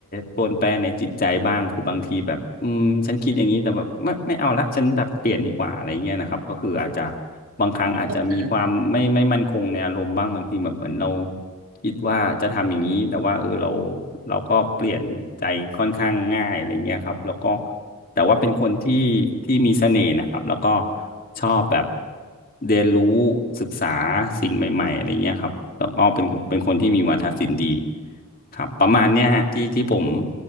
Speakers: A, on the left (about 40°); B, on the right (about 85°).
A: ปรวนแปรในจิตใจบ้างคือบางทีแบบอืมฉันคิดอย่างนี้แต่แบบไม่ไม่เอาละฉันแบบเปลี่ยนดีกว่าอะไรเงี้ยนะครับก็คืออาจจะบางครั้งอาจจะมีความไม่ไม่มั่นคงในอารมณ์บ้างบางทีแบบเหมือนเรา
B: นิดต่นนะ
A: คิดว่าจะทำอย่างนี้แต่ว่าเออเรา
B: อืม
A: เราก็เปลี่ยนใจค่อนข้างง่ายอะไรเงี้ยครับแล้วก็ แต่ว่าเป็นคนที่ที่มีเสน่ห์นะครับแล้วก็ชอบแบบเรียนรู้ศึกษาสิ่งใหม่ๆอะไรเงี้ยครับแล้วก็เป็นเป็นคนที่มีวาทศิลป์ดีครับประมาณเนี้ยฮะที่ที่ผม